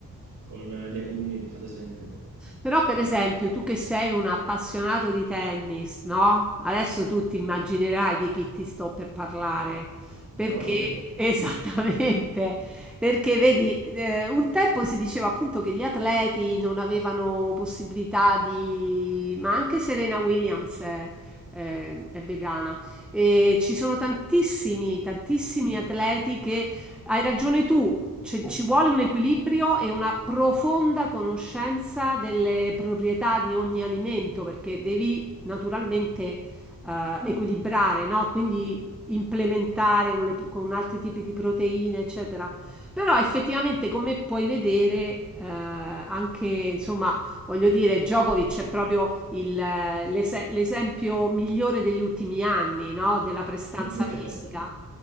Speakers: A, on the right; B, in the centre.
A: con eh, legumi, ad esempio.
B: Però per esempio tu che sei un appassionato di tennis, no? Adesso tu ti immaginerai di chi ti sto per parlare, perché
A: Djokovic,
B: <laughs> esattamente, perché vedi, eh, un tempo si diceva appunto che gli atleti non avevano possibilità di, ma anche Serena Williams è, è- è vegana e ci sono tantissimi, tantissimi atleti che Hai ragione tu, ci, ci vuole un equilibrio e una profonda conoscenza delle proprietà di ogni alimento perché devi naturalmente eh, equilibrare, no? Quindi implementare con, le- con altri tipi di proteine, eccetera. Però effettivamente, come puoi vedere, eh, anche insomma, voglio dire, Djokovic è proprio il, eh, l'ese- l'esempio migliore degli ultimi anni, no? Della prestanza
A: anche,
B: fisica.